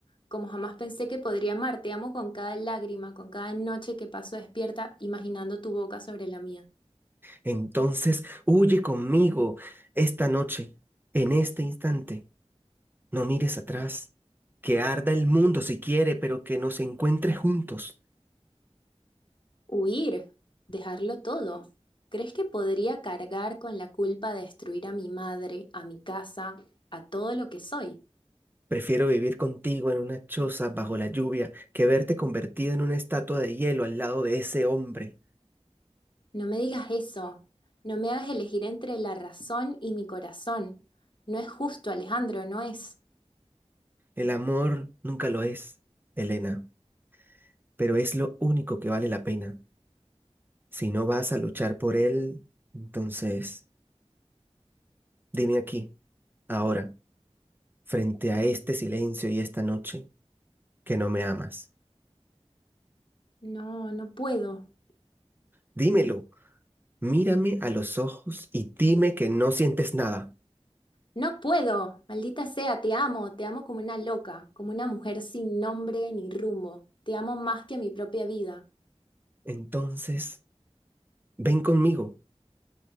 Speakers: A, on the left; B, on the right.
A: como jamás pensé que podría amar. Te amo con cada lágrima, con cada noche que paso despierta imaginando tu boca sobre la mía.
B: Entonces, huye conmigo esta noche, en este instante. No mires atrás. Que arda el mundo si quiere, pero que nos encuentre juntos.
A: Huir, dejarlo todo. ¿Crees que podría cargar con la culpa de destruir a mi madre, a mi casa, a todo lo que soy?
B: Prefiero vivir contigo en una choza bajo la lluvia que verte convertida en una estatua de hielo al lado de ese hombre.
A: No me digas eso. No me hagas elegir entre la razón y mi corazón. No es justo, Alejandro, no es.
B: El amor nunca lo es, Elena, pero es lo único que vale la pena. Si no vas a luchar por él, entonces dime aquí, ahora, frente a este silencio y esta noche, que no me amas.
A: No, no puedo.
B: Dímelo, mírame a los ojos y dime que no sientes nada.
A: No puedo, maldita sea, te amo, te amo como una loca, como una mujer sin nombre ni rumbo. Te amo más que a mi propia vida.
B: Entonces, ven conmigo.